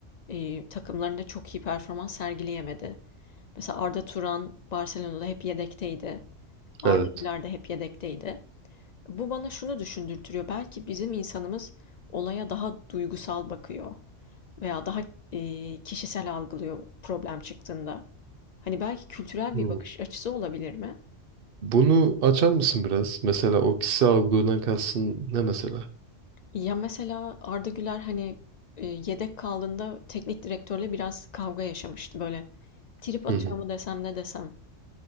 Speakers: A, on the left; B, on the right.
A: e, takımlarında çok iyi performans sergileyemedi. Mesela Arda Turan Barcelona'da hep yedekteydi. Arda'lar
B: Evet.
A: da hep yedekteydi. Bu bana şunu düşündürtüyor. Belki bizim insanımız olaya daha duygusal bakıyor veya daha e, kişisel algılıyor problem çıktığında. Hani belki kültürel
B: Hı.
A: bir bakış açısı olabilir mi?
B: Bunu açar mısın biraz? Mesela o kişisel algıdan kastın ne mesela?
A: Ya mesela Arda Güler hani e, yedek kaldığında teknik direktörle biraz kavga yaşamıştı böyle. Trip atıyor
B: Hı hı.
A: mu desem ne desem.